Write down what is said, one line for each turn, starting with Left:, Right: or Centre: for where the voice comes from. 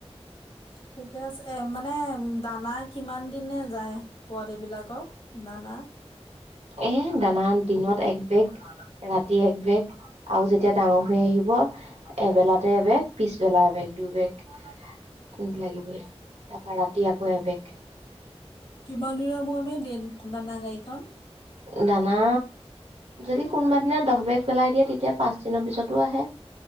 Left: ঠিকে আছে। এ মানে দানা কিমান দিনে যায় পোৱালিবিলাকৰ দানা?
Right: এ দানা দিনত এক বেগ ৰাতি এক বেগ আৰু যেতিয়া ডাঙৰ হৈ আহিব এবেলাতে এবেগ, পিছবেলা এবেগ দুবেগ। ওহ লাগিবই তাৰপা ৰাতি আকৌ এবেগ।
Left: কিমান দিনৰ মোৱে মোৱে দিয়ে নো দানা গাড়ীখন?
Right: দানা যদি কোনবা দিনা দহ বেগ পেলাই দিয়ে তেতিয়া পাঁচ দিনৰ পিছতো আহে।